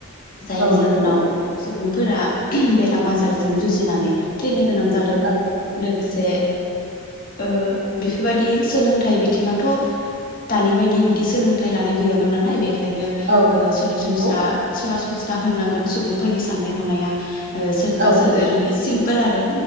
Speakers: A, on the left (about 40°); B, on the right (about 55°).
A: जायनि
B: औ
A: जाहोनाव
B: नंगौ
A: सुबुंफोरा बेराम आजारजों जुजिनानै थैनो गोनां जादों
B: औ
A: लोगो से ओ बेफोरबायदि सोलोंथाइ बिथिङाथ' दानि बायदि बिदि सोलोंथाइ लानाय गैयामोन नालाय। बे खायनो ओ
B: औ
A: सरासनस्रा
B: नंगौ
A: सरा सनस्रा होननांगोन सुबुं फोरनि साननाय हनाया ओ सोरबासो
B: औ
A: ओरैनो सिम पोल आरो